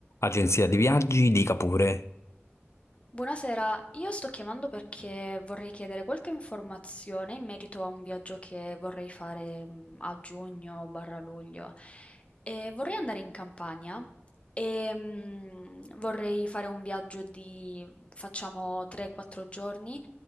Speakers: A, on the left; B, on the left.
A: Agenzia di viaggi, dica pure.
B: Buonasera, io sto chiamando perché vorrei chiedere qualche informazione in merito a un viaggio che vorrei fare mm, a giugno barra luglio. E vorrei andare in Campania e mm, vorrei fare un viaggio di facciamo 3-4 giorni